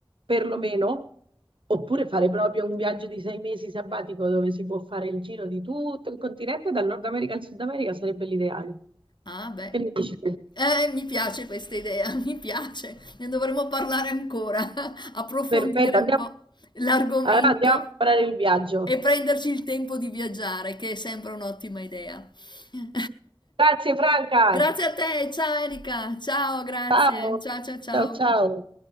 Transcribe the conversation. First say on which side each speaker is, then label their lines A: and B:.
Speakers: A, on the right; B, on the left.
A: perlomeno, oppure fare proprio un viaggio di sei mesi sabbatico dove si può fare il giro di tutto il continente, dal Nord America al Sud America, sarebbe l'ideale.
B: Ah, beh.
A: Che ne dici?
B: Eh, mi piace questa idea, <laughs> mi piace. Ne dovremo parlare ancora, <laughs> approfondire
A: Perfetto, andiamo,
B: un po' l'argomento.
A: allora andiamo a preparare il viaggio.
B: E prenderci il tempo di viaggiare, che è sempre un'ottima idea. <laughs>
A: Grazie Franca.
B: Grazie a te, ciao Erika, ciao, grazie,
A: Ciao,
B: ciao ciao ciao.
A: ciao, ciao.